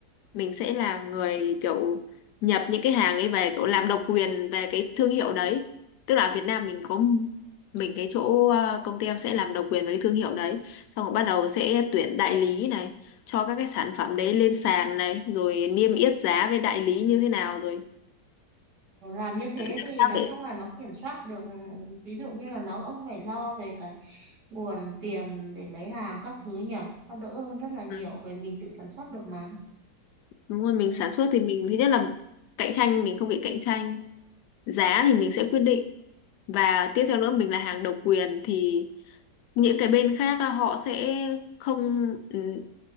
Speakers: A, on the left; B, on the right.
A: mình sẽ là người kiểu nhập những cái hàng ấy về kiểu làm độc quyền về cái thương hiệu đấy tức là ở Việt Nam mình có mình cái chỗ ờ, công ty em sẽ làm độc quyền với cái thương hiệu đấy xong rồi bắt đầu sẽ tuyển đại lý này cho các cái sản phẩm đấy lên sàn này rồi niêm yết giá với đại lý như thế nào rồi
B: Mà làm như thế
A: làm
B: thì
A: sao
B: nói
A: để
B: chung là nó kiểm soát được ví dụ như là nó ông phải lo về cái nguồn tiền để lấy hàng các thứ nhỉ nó đỡ hơn rất là nhiều
A: Ừ.
B: bởi mình tự sản xuất được mà
A: Đúng rồi, mình
B: Ừ.
A: sản xuất thì mình thứ nhất là cạnh tranh mình không bị cạnh tranh, giá thì mình sẽ quyết định và tiếp theo nữa mình là hàng độc quyền thì những cái bên khác á, họ sẽ không ừ,